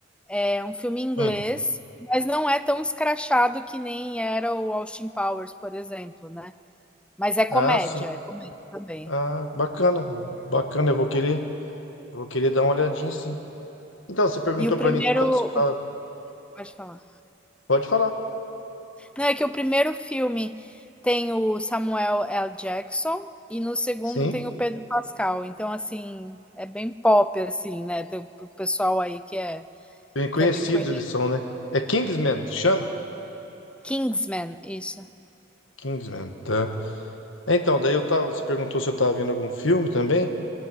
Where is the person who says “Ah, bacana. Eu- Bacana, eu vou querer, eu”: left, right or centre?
Left